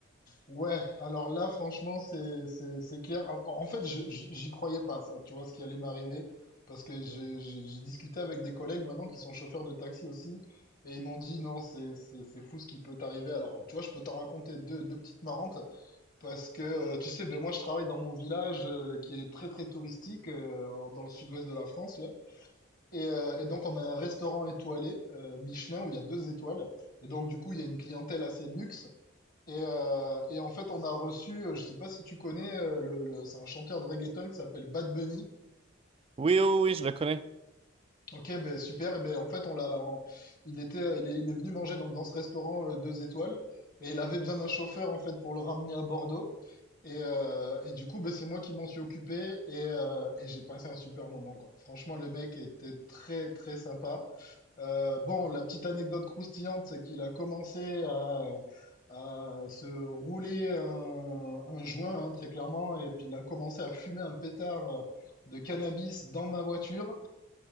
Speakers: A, on the left; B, on the right.
A: Ouais, alors là, franchement, c'est, c'est, c'est clair. En en fait, je- je- j'y croyais pas, ça, tu vois, ce qui allait m'arriver. Parce que j'ai j'ai- j'ai discuté avec des collègues maintenant qui sont chauffeurs de taxi aussi. Et ils m'ont dit, non, c'est c'est- c'est fou ce qui peut t'arriver. Alors, tu vois, je peux t'en raconter deux, deux petites marrantes. Parce que, euh, tu sais, ben moi, je travaille dans mon village euh, qui est très, très touristique euh, en- dans le sud-ouest de la France. Et, euh, et donc, on a un restaurant étoilé, euh, Michelin, où il y a deux étoiles. Et donc, du coup, il y a une clientèle assez luxe. Et, euh, et en fait, on a reçu, euh, je sais pas si tu connais, euh, le, le- c'est un chanteur de reggaeton qui s'appelle Bad Bunny.
B: Oui, oui, oui, je le connais.
A: Ok, ben super. Et ben en fait, on l'a, on- il était, euh, il est, il est venu manger donc dans ce restaurant euh, deux étoiles et il avait besoin d'un chauffeur en fait pour le ramener à Bordeaux. Et, euh, et du coup, ben, c'est moi qui m'en suis occupé et, euh, et j'ai passé un super moment quoi. Franchement, le mec était très très sympa. Euh, bon, la petite anecdote croustillante, c'est qu'il a commencé à, à se rouler un, un joint hein, très clairement et puis il a commencé à fumer un pétard euh, de cannabis dans ma voiture.